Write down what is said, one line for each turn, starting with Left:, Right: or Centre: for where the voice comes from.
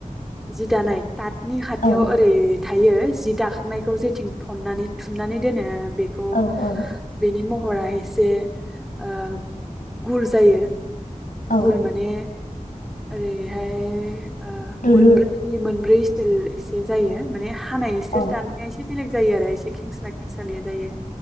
Centre: जि दानाय दाथनि खाथियाव
Left: औ
Centre: ओरै थायो जि दाखांनायखौ जेथिं थन्नानै थुननानै दोनो बेखौ
Left: औ औ
Centre: बेनि म हरा एसे ओ गुर जायो।
Left: औ
Centre: गुल माने ओरैहाय ओ
Left: दुलुर
Centre: मोनब्रै नि मोनब्रै टेल एसे जायो माने हा एसोर
Left: अ
Centre: दान्नाय बेलेग जायो आरो एसे खेंस्ला खेंसालिया जायो।